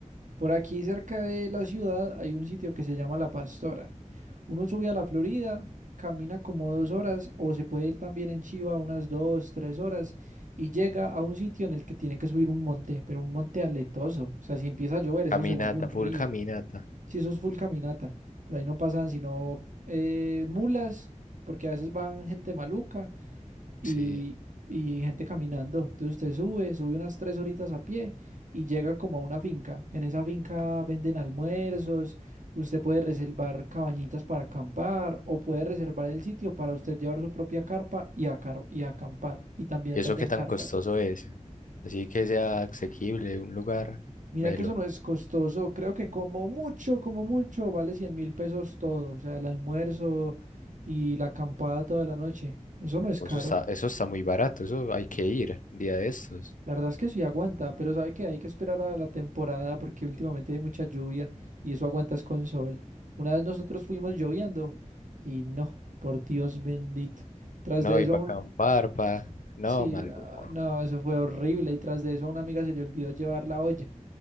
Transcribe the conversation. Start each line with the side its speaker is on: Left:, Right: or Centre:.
Right: Por aquí cerca de la ciudad hay un sitio que se llama La Pastora. Uno sube a la Florida, camina como dos horas o se puede ir también en Chiva unas dos, tres horas y llega a un sitio en el que tiene que subir un monte, pero un monte aletoso. O sea, si empieza a llover, eso
Left: Caminata,
Right: se vuelve un
Left: full
Right: río.
Left: caminata.
Right: Sí, eso es full caminata. Por ahí no pasan sino eh, mulas, porque a veces van gente maluca y,
Left: Sí.
Right: y gente caminando. Entonces usted sube, sube unas tres horitas a pie y llega como a una finca. En esa finca venden almuerzos, usted puede reservar cabañitas para acampar o puede reservar el sitio para usted llevar su propia carpa y, acar- y acampar. Y también
Left: ¿Y eso
Right: venden
Left: qué tan
Right: carpas.
Left: costoso es? Así que sea asequible un lugar.
Right: Mira
Left: Melo.
Right: que eso no es costoso, creo que como mucho, como mucho, vale cien mil pesos todo, o sea, el almuerzo y la acampada toda la noche, eso no es caro,
Left: Oh, Eso está, eso está muy barato, eso hay que ir un día de estos.
Right: la verdad es que sí aguanta, pero sabe que hay que esperar a la temporada porque últimamente hay mucha lluvia y eso aguantas con sol. Una vez nosotros fuimos lloviendo y no, por Dios bendito, tras
Left: No,
Right: de eso
Left: y para
Right: aún,
Left: acampar, pa... No,
Right: sí,
Left: maluco.
Right: ah, no, eso fue horrible y tras de eso a una amiga se le olvidó llevar la olla,